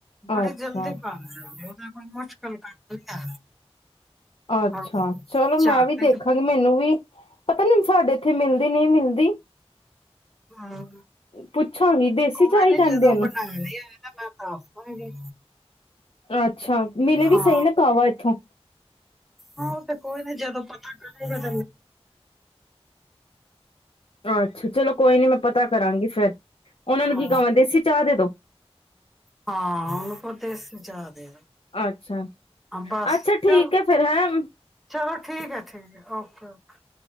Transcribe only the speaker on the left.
ਅੱਛਾ
ਆਛਾ,
ਚਲੋ
ਮੈਂ ਵੀ ਦੇਖਾਂਗੀ।
ਮੈਨੂੰ ਵੀ ਪਤਾ ਨੀ ਸਾਡੇ ਉੱਥੇ ਮੈਂਦੀ ਨਈ ਮਿਲਦੀ।
ਪੁੱਛਾਂਗੀ ਦੇਸੀ
ਚਾਹ ਹੀ
ਕਹਿੰਦੇ
ਉਹਨੂੰ
ਅੱਛਾ ਮਿਲੇ
ਵੀ ਸਹੀ ਨਾ ਕਾਵਾ ਇੱਥੋਂ
ਆਛਾ ਚਲੋ ਕੋਈ ਨੀ, ਮੈਂ ਪਤਾ ਕਰਾਂਗੀ ਫੇਰ। ਉਹਨਾਂ ਨੂੰ
ਕੀ ਕਵਾ? ਦੇਸੀ ਚਾਹ ਦੇ ਦੋ।
ਅੱਛਾ
ਅੱਛਾ
ਠੀਕ ਹੈ ਫੇਰ ਹੈਂ